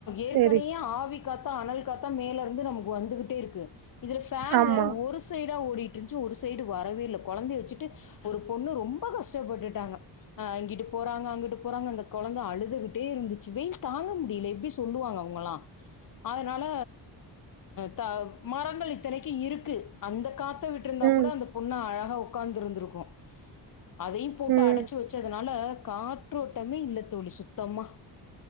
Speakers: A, on the left; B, on the right.
A: ஏற்கனையே
B: செரி
A: ஆவி காத்தா அனல் காத்தா மேல இருந்து நமக்கு வந்துகிட்டே இருக்கு இதுல ஃபேன்
B: ஆமா
A: வேற ஒரு சைடா ஓடிட்டு ன்றுச்சு ஒரு சைடு வரவே இல்ல கொழந்தைய வச்சுட்டு ஒரு பொண்ணு ரொம்ப கஷ்டப்பட்டுட்டாங்க அ இங்கிட்டு போறாங்க அங்கிட்டு போறாங்க அந்த கொழந்த அழுதுகிட்டே இருந்துச்சு வெயில் தாங்க முடியல எப்டி சொல்லுவாங்க அவங்களா அதனால த மரங்கள் இத்தனைக்கு இருக்கு அந்த காத்த விட்டுருந்தா
B: ம்
A: கூட அந்த பொண்ணு அழகா உட்காந்து இருந்திருக்கு அதையு போட்டு
B: ம்
A: அடச்சு வச்சதுனால காற்றோட்டமே இல்ல தோழி சுத்தமா